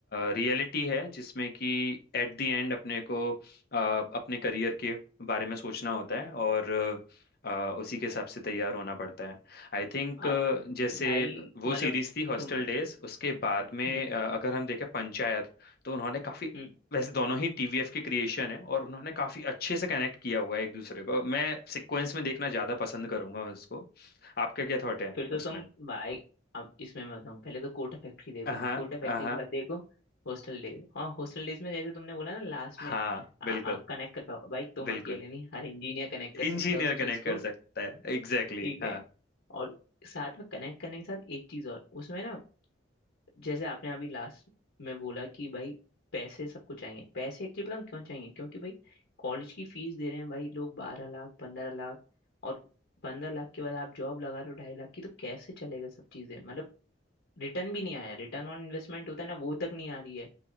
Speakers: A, on the left (about 55°); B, on the left (about 80°).
A: रियलिटी है जिसमें कि एट द एंड अपने को अ, अपने करियर के बारे में सोचना होता है और अ, उसी के हिसाब से तैयार होना पड़ता है आई थिंक
B: आप
A: जैसे
B: भाई
A: वो
B: मतलब
A: सीरीज थी हॉस्टल
B: तुम्हें
A: डेज उसके बाद में
B: हम्म
A: अ, अगर हम देखें पंचायत तो उन्होंने काफी
B: हम्म।
A: वैसे दोनों ही टीवीएफ के क्रिएशन है और उन्होंने काफी अच्छे से कनेक्ट किया हुआ है एक दूसरे को मैं सिक्वेंस में देखना ज्यादा पसंद करूंगा उसको आपका क्या थॉट है
B: फिर तो
A: उसमें
B: तुम भाई अब इसमें मैं बताऊँ पहले तो कोटा फैक्ट्री देखो
A: हाँ
B: कोटा फैक्ट्री
A: हाँ
B: के बाद देखो हॉस्टल डेज और हॉस्टल डेज में जैसे तुमने बोला ना लास्ट में
A: हाँ बिल्कुल
B: आ, आप कनेक्ट कर पाओ भाई तुम
A: बिल्कुल
B: अकेले नहीं हर इंजीनियर कनेक्ट कर सकता
A: इंजीनियर
B: है उस चीज
A: कनेक्ट कर
B: को
A: सकता है एग्जैक्टली
B: ठीक
A: exactly,
B: है
A: हाँ
B: और साथ में कनेक्ट करने के साथ एक चीज और उसमें ना जैसे आपने अभी लास्ट में बोला कि भाई पैसे सबको चाहिए पैसे एक्चुअली पता है क्यों चाहिए क्योंकि भाई कॉलेज की फीस दे रहे हैं भाई लोग बारह लाख पंद्रह लाख और पंद्रह लाख के बाद आप जॉब लगा रहे हो ढाई लाख की तो कैसे चलेगा सब चीजें मतलब रिटर्न भी नहीं आया रिटर्न ऑन इन्वेस्टमेंट होता है ना वो तक नहीं आ रही है